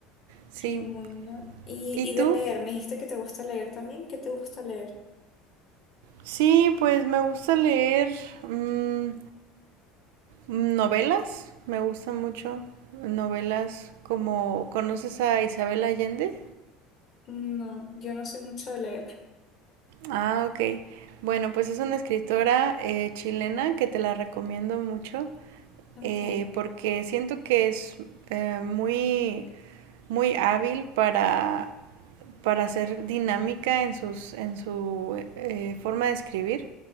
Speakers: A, on the right; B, on the left.
A: Sí.
B: Qué bueno. Y,
A: ¿Y
B: y
A: tú?
B: de leer, me dijiste que te gusta leer también. ¿Qué te gusta leer?
A: Sí, pues me gusta leer. mm, Novelas, me gustan mucho. Novelas como, ¿conoces a Isabel Allende?
B: No, yo no soy mucho de leer.
A: Ah, ok. Bueno, pues es una escritora eh, chilena que te la recomiendo mucho
B: Ok,
A: eh, porque siento que es eh, muy, muy hábil para para ser dinámica en, sus, en su eh, forma de escribir